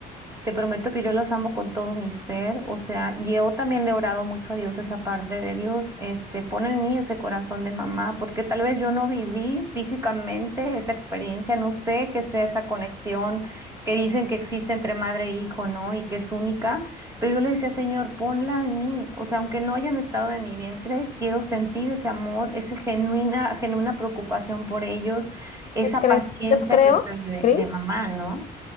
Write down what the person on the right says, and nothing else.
Te prometo que yo los amo con todo mi ser, o sea, yo también le he orado mucho a Dios esa parte de Dios, este, pon en mí ese corazón de mamá, porque tal vez yo no viví físicamente esa experiencia, no sé qué sea esa conexión que dicen que existe entre madre e hijo, ¿no? Y que es única, pero yo le decía, Señor, ponla en mí, o sea, aunque no hayan estado en mi vientre, quiero sentir ese amor, esa genuina, genuina preocupación por ellos, esa
paciencia
que está de,
de mamá, ¿no?